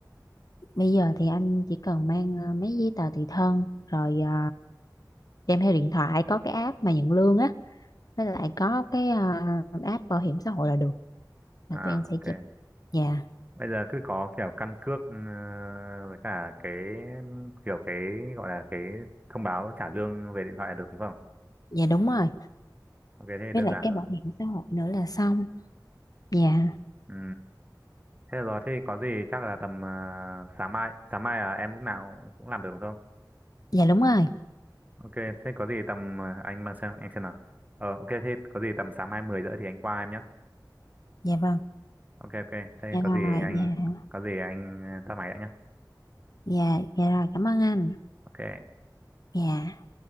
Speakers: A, on the left; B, on the right.
A: bây giờ thì anh chỉ cần mang ờ, mấy giấy tờ tùy thân rồi ờ, đem theo điện thoại có cái app mà nhận lương á với lại có cái ờ, app bảo hiểm xã hội là được
B: À,
A: là tụi em sẽ
B: ok.
A: chụp dạ
B: Bây giờ cứ có kiểu căn cước ờ, với cả cái kiểu cái gọi là cái thông báo trả lương về điện thoại là được đúng không?
A: dạ đúng rồi
B: Ok, thế thì
A: với
B: đơn
A: lại
B: giản
A: cái
B: thôi.
A: bảo hiểm xã hội nữa là xong dạ
B: Ừ. Thế là rồi, thế thì có gì chắc là tầm ờ, sáng mai, sáng mai là em lúc nào cũng làm được đúng không?
A: dạ đúng rồi
B: Ok, thế có gì tầm ờ, anh mà xem anh xem nào. Ờ ok thế có gì tầm sáng mai 10 rưỡi thì anh qua em nhé.
A: dạ vâng
B: ok ok thế
A: dạ
B: có
A: rồi
B: gì anh
A: dạ
B: có gì anh ờ, tắt máy đã nhá
A: dạ dạ rồi cảm ơn anh
B: ok
A: dạ